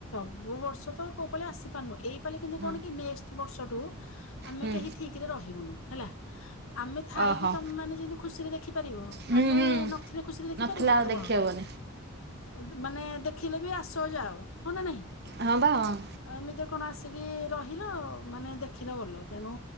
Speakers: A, on the left; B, on the right.
A: ଯୋଉ ବର୍ଷ ତ କୋଉ ପାାଲି ଆସିପାରୁନୁ ଏଇପାଲି କିନ୍ତୁ
B: ହଁ
A: କଣ କି ନେକ୍ସଟ୍ ବର୍ଷଠୁ ଆମେ
B: ହୁଁ
A: କେହି ଠିକ ରେ ରହିବୁନୁ ହେଲା। ଆମେ ଥାଇକି
B: ଓହୋ
A: ତମ ମାନେ ଯଦି। ଖୁସିରେ ଦେଖୁ ଖିପାରିବ
B: ହୁଁ
A: ଆମେ
B: ହୁଁ।
A: ନଥିଲେ ଖୁସିରେ ଦେଖିପାରିବ
B: ନଥିଲା ଆଉ
A: ମତେ
B: ଦେଖିହବନି
A: କହ ଏମିତି ମାନେ ଦେ ଦେଖିଲେ ବି ଆସ ଯାଅ ହଁ ନା ନାହିଁ। ଆଉ
B: ହଁ ବା ହଁ।
A: ଏମିତିରେ କଣ ଆସ ଆସିକି ରହିଲ ମାନେ ଦେଖିଲ ଗଲ ତେଣୁ